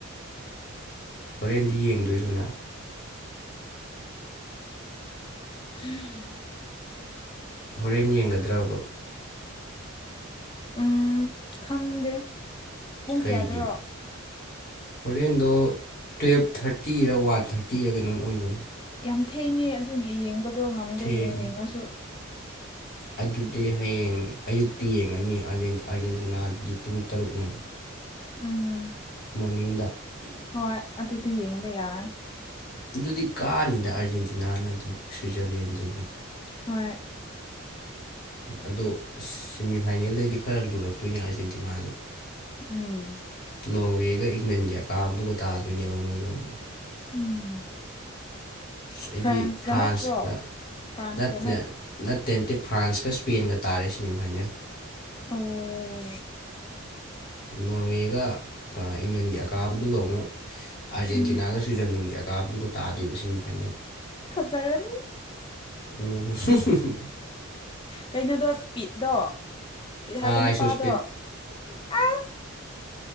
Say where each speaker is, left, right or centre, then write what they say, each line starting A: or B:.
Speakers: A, on the left; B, on the left.
A: ꯍꯣꯔꯦꯟꯗꯤ ꯌꯦꯡꯗꯣꯏꯔꯣꯅ
B: ꯎꯝꯝ
A: ꯍꯣꯔꯦꯟ ꯌꯦꯡꯒꯗ꯭ꯔꯕ
B: ꯎꯝ ꯈꯪꯗꯦ ꯄꯨꯡ
A: ꯀꯩꯒꯤ
B: ꯀꯌꯥꯗꯔꯣ
A: ꯍꯣꯔꯦꯟꯗꯣ ꯇꯨꯌꯦꯞ ꯊꯥꯔꯇꯤꯔ ꯋꯥꯟ ꯊꯥꯔꯇꯤ ꯇꯤꯔ ꯀꯩꯅꯣꯝ ꯑꯣꯏꯕꯅꯤ
B: ꯌꯥꯝ ꯊꯦꯡꯉꯦ ꯑꯗꯨꯒꯤ ꯌꯦꯡꯕꯗꯣ ꯉꯝꯗꯦ
A: ꯊꯦꯡꯉꯦ
B: ꯌꯦꯡꯅꯤꯡꯉꯁꯨ
A: ꯑꯗꯨꯗꯤ ꯍꯌꯦꯡ ꯑꯌꯨꯛꯇꯤ ꯌꯦꯡꯉꯅꯤ ꯑꯥꯔꯖꯦꯟꯇꯤꯅꯥꯗꯨꯗꯤ ꯄꯨꯡ ꯇꯔꯨꯛꯅꯦ
B: ꯎꯝ
A: ꯃꯣꯔꯅꯤꯡꯗ
B: ꯍꯣꯏ ꯑꯗꯨꯗꯤ ꯌꯦꯡꯕ ꯌꯥꯏ
A: ꯑꯗꯨꯗꯤ ꯀꯥꯅꯤꯗ ꯑꯥꯔꯖꯦꯟꯇꯤꯅꯥꯅ ꯑꯗꯨꯝ ꯁ꯭ꯋꯤꯖꯔꯂꯦꯟꯗꯨꯗꯤ
B: ꯍꯣꯏ
A: ꯑꯗꯣ ꯁꯦꯃꯤꯐꯥꯏꯅꯦꯜꯗꯩꯗꯤ ꯈꯔ ꯂꯨꯔꯛꯇꯣꯏꯅꯦ ꯑꯥꯔꯖꯦꯟꯇꯤꯅꯥꯁꯨ
B: ꯎꯝ
A: ꯅꯣꯔꯋꯦꯒ ꯏꯪꯂꯦꯟꯒꯤ ꯑꯀꯥꯕꯗꯨꯒ ꯇꯥꯗꯣꯏꯅꯦꯕ ꯃꯣꯏꯒ ꯑꯃꯨꯛ
B: ꯎꯝ
A: ꯍꯥꯏꯗꯤ
B: ꯐ꯭ꯔꯦꯟꯁꯀ
A: ꯐ꯭ꯔꯥꯟꯁꯀ
B: ꯅꯠꯇ꯭ꯔꯣ ꯐ꯭ꯔꯥꯟꯁꯀ
A: ꯅꯠꯇꯅ
B: ꯅꯠ
A: ꯅꯠꯇꯦ ꯅꯠꯇꯦ ꯐ꯭ꯔꯥꯟꯁꯀ ꯁ꯭ꯄꯦꯟꯒ ꯇꯥꯔꯦ ꯁꯤꯦꯃꯤꯐꯥꯏꯅꯦꯜ
B: ꯑꯣꯝ
A: ꯅꯣꯔꯋꯦꯒ ꯏꯪꯂꯦꯟꯒꯤ ꯑꯀꯥꯕꯗꯨꯒ ꯑꯃꯨꯛ ꯑꯥꯔꯖꯦꯟꯇꯤꯅꯥꯒ
B: ꯎꯝ
A: ꯆ ꯀꯌꯥ ꯀꯥꯗꯨꯣ ꯇꯥꯗ ꯁꯤ ꯐ
B: ꯐꯖꯔꯅꯤ
A: ꯑꯣ
B: ꯀꯩꯅꯣꯗꯣ ꯏꯁꯄꯤꯗꯠꯇꯣ ꯄꯤꯠ ꯍꯥꯏꯕ
A: ꯑꯥꯏꯁꯣ
B: ꯅꯨꯄꯥꯗꯣ
A: ꯏꯁꯄꯤꯠ
B: ꯑꯁ